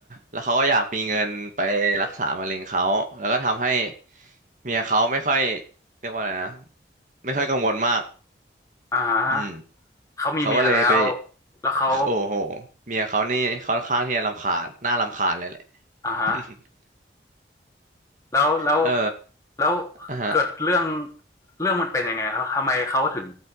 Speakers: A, on the right; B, on the left.
A: แล้วเขาก็อยากมีเงินไปรักษามะเร็งเขาแล้วก็ทำให้เมียเขาไม่ค่อยเรียกว่าอะไรนะไม่ค่อยกังวลมาก
B: อ่าฮะ
A: อืม
B: เขามีเมียแล้ว
A: เขาก็เลยไป
B: แล้วเขา
A: โอ้โหเมียเขานี่ค่อนข้างที่จะรำคาญน่ารำคาญเลยแหละ
B: อ่าฮะ
A: <laughs>
B: แล้วแล้ว
A: เออ
B: แล้ว
A: อ่ะฮะ
B: เกิดเรื่องเรื่องมันเป็นยังไงครับทำไมเขาถึง